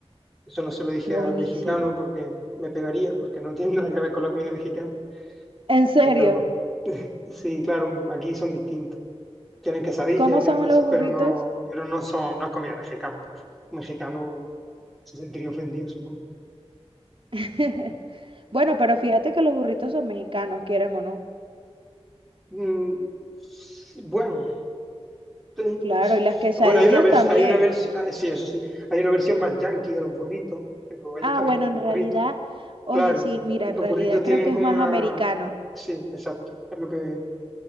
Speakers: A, in the centre; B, on the right.
A: Eso no se lo dije
B: buenísimo.
A: al mexicano porque me pegaría, porque no tiene <laughs> nada que ver con la comida mexicana.
B: En serio,
A: Pero sí, claro, aquí son distintos. Tienen quesadillas
B: ¿cómo
A: y
B: son
A: tienen cosas,
B: los burritos?
A: pero no, pero no son, no es comida mexicana, claro. Un mexicano se sentiría ofendido, supongo.
B: <laughs> Bueno, pero fíjate que los burritos son mexicanos, quieran o no.
A: Mm, bueno, sí,
B: Claro,
A: sí,
B: y las
A: sí.
B: quesadillas
A: bueno, hay una vers-
B: también.
A: hay una vers- ah, sí, eso sí, hay una versión más yankee de los burritos, pero ellos
B: Ah,
A: también
B: bueno,
A: comen
B: en realidad,
A: burritos.
B: oye,
A: Claro,
B: sí, mira,
A: que
B: en
A: los
B: realidad
A: burritos tienen
B: creo que
A: como
B: es más
A: una...
B: americano.
A: Sí, exacto. Es lo que